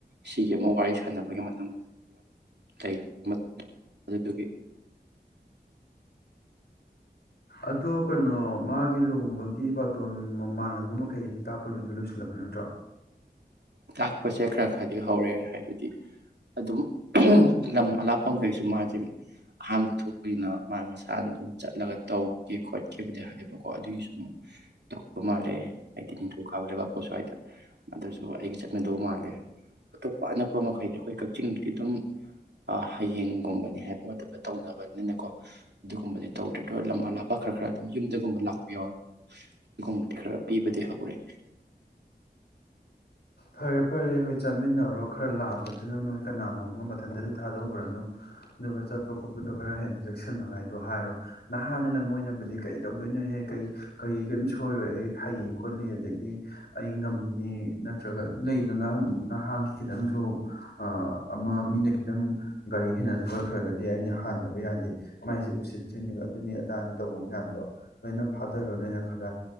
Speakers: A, on the right; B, on the left.
A: ꯁꯤꯒꯤ ꯑꯃ ꯋꯥꯔꯤ ꯁꯥꯟꯅꯕꯒꯤ ꯃꯇꯝ ꯂꯩ ꯑꯗꯨꯗꯨꯒꯤ
B: ꯑꯗꯣ ꯀꯩꯅꯣ ꯃꯥꯒꯤ ꯂꯨꯍꯣꯡꯕꯒꯤ ꯕꯥꯇꯣꯟ ꯃꯃꯥꯟꯅꯕ ꯃꯈꯩꯗꯨ ꯇꯥꯛꯄ ꯂꯣꯏꯅ ꯂꯣꯏꯁꯤꯜꯂꯕ ꯅꯠꯇ꯭ꯔꯣ?
A: <unintelligible> ꯄꯣꯠꯁꯦ ꯈꯔ ꯈꯔꯗꯤ ꯍꯧꯔꯦ ꯍꯥꯏꯕꯗꯤ ꯑꯗꯨꯝ ꯂꯝ ꯑꯂꯥꯞꯄꯐꯝꯈꯩꯁꯨ ꯃꯥꯁꯦ ꯑꯍꯥꯟꯕ ꯊꯣꯛꯄꯅꯤꯅ ꯃꯥ ꯃꯁꯥꯅ ꯑꯗꯨꯝ ꯆꯠꯂꯒ ꯇꯧꯒꯦ ꯈꯣꯠꯀꯦꯕꯨꯗꯤ ꯍꯥꯏꯕꯀꯣ ꯑꯗꯨꯒꯤꯁꯨ ꯑꯃꯨ ꯇꯧꯕ ꯃꯥꯜꯂꯦ ꯍꯥꯏꯗꯤ ꯅꯤꯡꯊꯧꯀꯥꯕ ꯂꯩꯕꯥꯛꯄꯣꯠ ꯁ꯭ꯋꯥꯏꯗ ꯑꯗꯨꯁꯨ ꯆꯠꯅꯗꯧ ꯃꯥꯜꯂꯦ ꯑꯇꯣꯞꯄ ꯑꯅꯛꯄ ꯃꯈꯩꯗꯤ ꯑꯩꯈꯣꯏ ꯀꯛꯆꯤꯡꯗꯗꯤ ꯑꯗꯨꯝ ꯍꯌꯦꯡꯒꯨꯝꯕꯅꯤ ꯍꯥꯏꯕ ꯃꯇꯝꯗ ꯇꯧꯅꯕꯅꯤꯅꯀꯣ ꯑꯗꯨꯒꯨꯝꯕꯗꯤ ꯇꯧꯗ꯭ꯔꯗ ꯂꯝꯃꯥ ꯂꯥꯞꯄꯥ ꯈꯔ ꯈꯔ ꯑꯗꯨꯝ ꯌꯨꯝꯗꯒꯨꯝꯕ ꯂꯥꯛꯄꯤ ꯌꯥꯎ ꯑꯗꯨꯒꯨꯝꯕꯗꯤ ꯈꯔ ꯄꯤꯕꯗꯤ ꯑꯔꯦ
B: ꯐꯔꯦ ꯐꯔꯦ ꯍꯣꯏ ꯆꯠꯃꯤꯟꯅꯔꯣ ꯈꯔ ꯂꯥꯛꯄꯗꯨꯅ ꯅꯣꯏ ꯀꯅꯥꯅꯣ ꯑꯃꯒ ꯃꯊꯟꯇꯗꯤ ꯊꯥꯗꯣꯛꯎꯈ꯭ꯔꯅꯨ ꯑꯗꯨꯒ ꯆꯠꯄ ꯈꯣꯠꯄꯗꯣ ꯈꯔ ꯍꯦꯟꯅ ꯆꯦꯛꯁꯤꯟꯅꯉꯥꯏꯗꯣ ꯍꯥꯏꯔꯣ ꯅꯍꯥꯟꯅꯤꯅ ꯃꯣꯏꯅꯕꯨꯗꯤ ꯀꯩ ꯇꯧꯗꯣꯏꯅꯣꯍꯦ ꯀꯩ ꯀꯔꯤ ꯀꯔꯤꯝ ꯁꯣꯏꯔꯣꯏ ꯑꯩ ꯍꯩ ꯈꯣꯠꯂꯤ ꯑꯗꯒꯤ ꯑꯩ ꯉꯝꯃꯤ ꯅꯠꯇ꯭ꯔꯒ ꯂꯩꯗꯅ ꯅꯍꯥꯒꯤ ꯈꯤꯇꯪꯁꯨ ꯑꯃ ꯃꯤꯅ ꯈꯤꯇꯪ ꯒꯥꯔꯤ ꯍꯦꯟꯅꯗ ꯈꯠꯈ꯭ꯔꯒꯗꯤ ꯑꯩꯅ ꯍꯥꯟꯗꯕ ꯌꯥꯗꯦ ꯃꯥꯏꯁꯦ ꯎꯁꯤꯠꯇ꯭ꯔꯤꯅꯦꯕ ꯑꯗꯨꯅꯤ ꯑꯗꯥꯅꯤ ꯇꯧꯕ ꯃꯌꯥꯝꯗꯣ ꯂꯣꯏꯅ ꯐꯥꯗꯔꯣ ꯅꯣꯏꯅ ꯈꯔ